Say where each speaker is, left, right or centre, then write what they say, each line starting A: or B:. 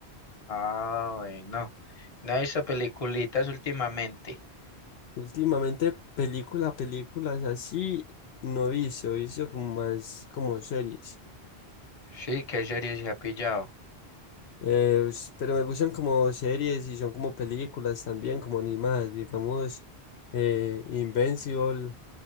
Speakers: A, on the left (about 35°); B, on the left (about 75°).
A: Ah, bueno. ¿No ha visto peliculitas últimamente?
B: Últimamente película, películas así no he visto, he visto como más como series.
A: Sí, ¿qué serie se ha pillado?
B: Eh, s- pero me gustan como series y son como películas también, como animadas, digamos, eh, Invincible,